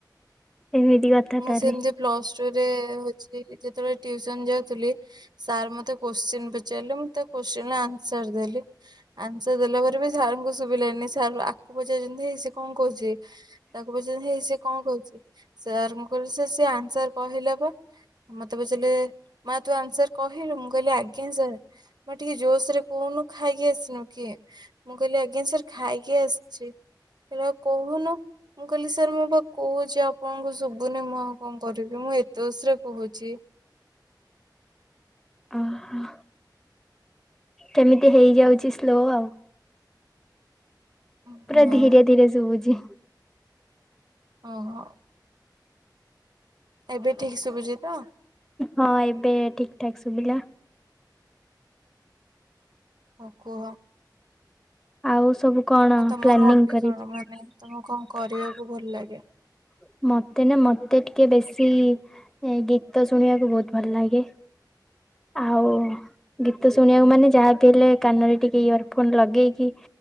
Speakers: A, in the centre; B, on the right.
A: ଏମିତି କଥା
B: ମୁଁ
A: ତାହେଲେ
B: ସେମିତି ପ୍ଲସ ଯେତେବେଳେ ଟୁଉସନ ଯାଉଥିଲି ସାର୍ ମତେ କ୍ୱାଶ୍ଚିନ୍ ପଚାରିଲେ ମୁଁ ତା ଅଂଶର ଦେଲି ଅଂଶର ଦେଲାପରେ ବି ସାର୍ କନୁକ୍ ଶୁଭିଲାନି ଆଗକୁ ପଚାରଛନ୍ତି ହେଇ ସେ କଣ କହୁଛି ତାକୁ ପଚେଇଛନ୍ତି ହେଇ ସେ କଣ କହୁଛି ସାର୍ ମୁ କ ସେ ଆନ୍ସର କହିଲେ ମତେ ପଚାରିଲେ ମା ତୁ ଆନ୍ସର କହିଲୁ ମୁଁ କହିଲି ଆଜ୍ଞା ସାର୍ ମ ଟିକେ ଜୋସ ରେ କହୁନୁ ଖାଇକି ଆସିନୁ କିଏ ମୁଁ କହିଲି ଆଜ୍ଞା ସାର୍ ଖାଇକି ଆସିଛି ହେଲେଉ କହୁନୁ ମୁଁ କହିଲି ସାର୍ ମୋ ବା କହୁ ଯ ଆପଣଙ୍କୁ ଶୁଭୁନି ମୁହଁ କଣ କରିବି ମୁଁ ଏତୋସରେ କହୁଛି
A: ଓହୋ କେମିତି ହେଇଯାଉଛି ସ୍ଲୋ ଆଉ
B: ହଁ
A: ପୁରା ଧୀରେ ଧୀରେ ଶୁଭୁଛି
B: ଓ ହୋ ଏବେ ଠିକ ଶୁଭୁଛି ତ
A: ହଁ ଏବେ ଠିକ ଠାକ୍ ସୁବିଲା
B: ଓ କୁହ
A: ଆଉ ସବୁ କଣ
B: ଆଉ ତମର
A: ପ୍ଲାନି
B: ହବି
A: କରିଛି
B: କଣ ମାନେ ତମକୁ କଣ କରିବାକୁ ଭଲ ଲାଗେ?
A: ମତେ ନା ମତେିକେ ଟିକେ ବେଶୀ ଗୀତ ଶୁଣିବାକୁ ବହୁତ ଭଲ ଲାଗେ ଆଉ ଗୀତ ଶୁଣିବାକୁ ମାନେ ଯାହାବି ହେଲେ କାନରେ ଟିକେ ଇୟର ଫୋନ ଲଗେଇକି